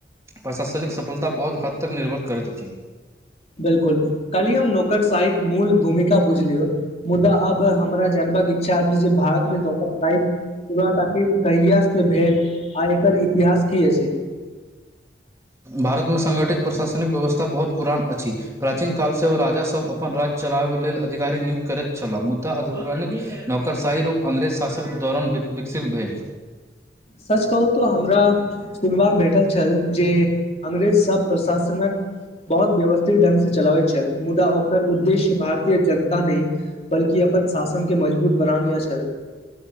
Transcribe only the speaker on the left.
बिल्कुल काल्ही हम नौकचशाही क मूल भूमिका बुझलियो मुद्दा अब हमरा जानबाक इच्छा आ जे भारतमे द साइ <unintelligible> परात आखिर कहिया से भेल आ एकर इतिहास की अछि
सच कहू तो हमरा सुनवाक भेटल छल जे अंग्रेज सब प्रशासनक बहुत व्यवस्थित ढंग से चलाबैत छल मुदा ओकर उद्देश्य भारतीय जनता ने बल्कि अपन शासन के मजबूत बनानीय छल